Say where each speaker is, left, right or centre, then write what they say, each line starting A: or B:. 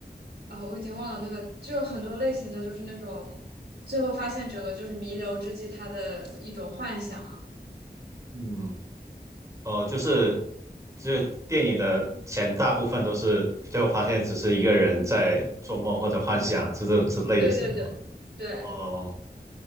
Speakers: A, on the right (about 90°); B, on the right (about 20°).
A: 啊，我已经忘了那个，就是很多类型的，就是那种最后发现整个就是弥留之际他的一种幻想。
B: 嗯，哦，就是就是电影的前大部分都是最后发现只是一个人在做梦或者幻想，是这种之类的型的吗？
A: 对对对对，
B: 哦，